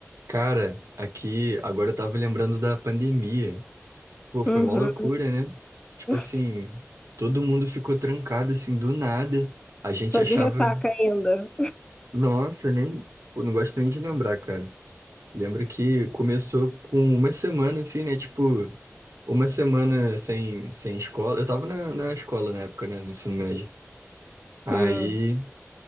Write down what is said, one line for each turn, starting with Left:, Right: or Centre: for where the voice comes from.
Right: Cara, aqui agora eu tava lembrando da pandemia. Pô, foi
Left: Uhum.
Right: uma loucura, né? Tipo
Left: Nossa,
Right: assim, todo mundo ficou trancado assim do nada. A gente
Left: tô
Right: achava,
Left: de ressaca ainda.
Right: nossa, nem, pô, não gosto nem de lembrar, cara. Lembro que começou com uma semana assim, né? Tipo, uma semana sem, sem escola. Eu tava na, na escola na época, né? No ensino médio. Aí,
Left: Hum.